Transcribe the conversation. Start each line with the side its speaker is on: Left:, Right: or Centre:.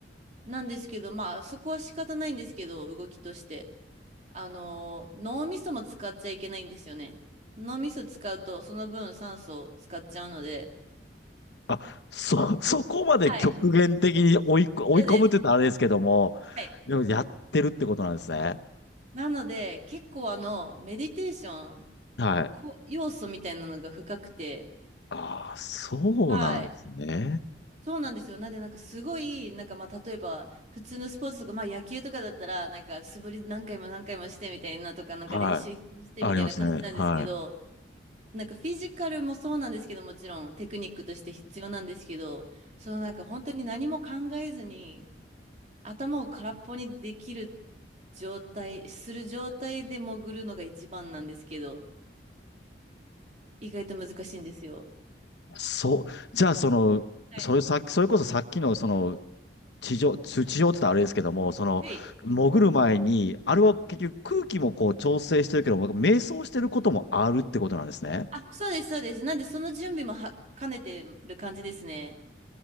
Right: なんですけど、まあそこは仕方ないんですけど、動きとして。あの、脳みそも使っちゃいけないんですよね。脳みそ使うとその分酸素を使っちゃうので、
Left: あ、そ、<laughs> そこまで極限的に追い込、
Right: はい。
Left: 追い込むって言ったらあれですけども、
Right: そうです。はい。
Left: でもやってるってことなんですね。
Right: なので、結構あの、メディテーション、
Left: はい。
Right: こ、要素みたいなのが深くて、
Left: ああ、そうなんですね。
Right: はい。そうなんですよ。なんで、なんかすごい、なんかまあ、例えば、普通のスポーツとか、まあ野球とかだったら、なんか素振り何回も何回もしてみたいなとか、なんか練習いっぱいしてみたいな感じなんですけど、
Left: はい。ありますね。はい。
Right: なんかフィジカルもそうなんですけど、もちろんテクニックとして必要なんですけど、そのなんか本当に何も考えずに、頭を空っぽにできる状態、する状態で潜るのが一番なんですけど、意外と難しいんですよ。
Left: そう、じゃあその、
Right: はい。
Left: それさっき、それこそさっきのその、地上、地地上って言ったらあれですけども、その、
Right: はい。
Left: 潜る前に、あれは結局空気もこう調整してるけども、瞑想してることもあるってことなんですね。
Right: あ、そうです、そうです。なんで、その準備もは兼ねてる感じですね。